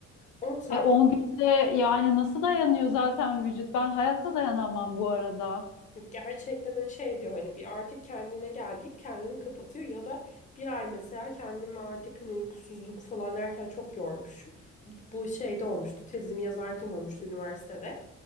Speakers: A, on the left; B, on the left.
A: 10 saat
B: E 10 günde yani nasıl dayanıyor zaten vücut? Ben hayatta dayanamam bu arada.
A: Gerçekten hani şey diyor hani bir artık kendine gel deyip kendini kapatıyor ya da bir ay mesela kendimi artık hani uykusuzluk falan erken çok yormuşum. Bu şeyde olmuştu tezimi yazarken olmuştu üniversitede.